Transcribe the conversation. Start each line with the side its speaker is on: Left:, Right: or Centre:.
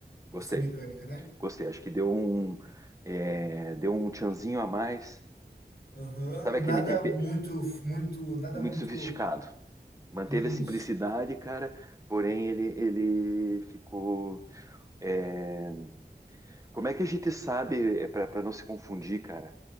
Right: Gostei,
Left: dessa mecânica, né?
Right: gostei. Acho que deu um, é, deu um tchanzinho a mais.
Left: Aham,
Right: Sabe
Left: e
Right: aquele
Left: nada
Right: tempero
Left: muito, muito, nada
Right: muito
Left: muito
Right: sofisticado? Manteve
Left: isso.
Right: a simplicidade, cara, porém ele, ele ficou. é, Como é que a gente sabe, é, para não se confundir, cara?